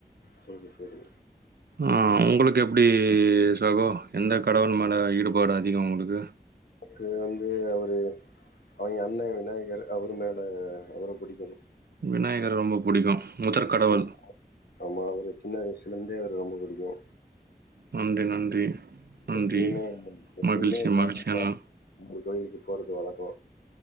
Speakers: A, on the left; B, on the right.
A: செரி செரி
B: ஆ உங்களுக்கு எப்டி சகோ எந்த கடவுள் மேல ஈடுபாடு அதிகம் உங்களுக்கு
A: எனக்கு வந்து அவரு அவிங்க அண்ணன் விநாயகரு அவர் மேல அவர புடிக்கு
B: விநாயகர ரொம்ப புடிக்கு முதற்கடவுள்
A: ம் ஆமா அவரு சின்ன வயசுலேந்தே அவர ரொம்ப புடிக்கு
B: நன்றி நன்றி நன்றி.
A: எப்பிமே
B: மகிழ்ச்சி
A: இந்த
B: மகிழ்ச்சி அண்ணா.
A: நா கோயிலுக்கு போறது வழக்கோ